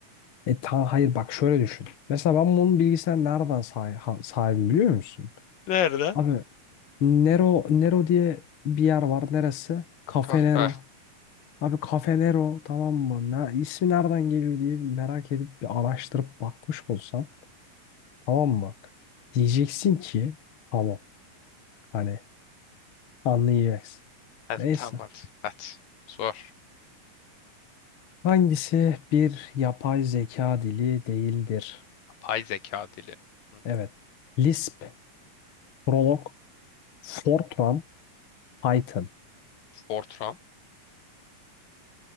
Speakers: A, on the left; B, on the left.
A: E ta hayır bak şöyle düşün. Mesela ben bunun bilgisayar nereden sahi- ha- sahibim biliyor musun?
B: Nerede?
A: Abi Nero Nero diye bir yer var. Neresi? Cafe
B: Kahve.
A: Nero. Abi Cafe Nero tamam mı? Ne, ismi nereden geliyor diye merak edip bir araştırıp bakmış olsan tamam mı? Diyeceksin ki tamam hani anlayacaksın.
B: Hadi
A: Neyse.
B: tamam hadi. Hadi. Sor.
A: Hangisi bir yapay zeka dili değildir?
B: Yapay zeka dili. Hı.
A: Evet. Lisp, Prolog, Fortran, Python.
B: Fortran.